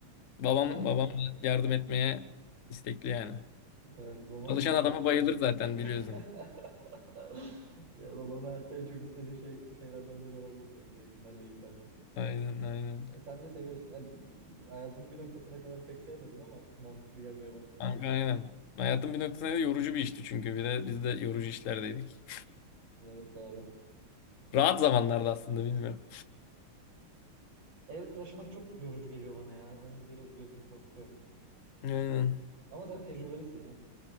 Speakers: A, on the left; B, on the right.
A: Babam
B: Ya ben
A: babam yardım etmeye istekli yani.
B: evet babam
A: Çalışan
B: babam
A: adama bayılır zaten
B: <laughs>
A: biliyorsun.
B: ya babam hayatta en çok istediği şey şeylerden biri olabilir senin zeytinlerle ilgilenmen.
A: Aynen aynen.
B: E, sen de seviyorsun. E, hayatının bir noktasına kadar pek sevmedin ama artık mantıklı gelmeye başladı
A: Kanka
B: sana herhalde.
A: aynen. Hayatın bir noktasında yorucu bir işti çünkü. Bir de biz de yorucu işlerdeydik.
B: Evet doğru.
A: Rahat zamanlarda aslında bilmiyorum.
B: Ev taşımak çok yorucu geliyor bana ya. Onu biraz gözüm korkutuyor.
A: Aynen.
B: Ama sen tecrübelisin ya.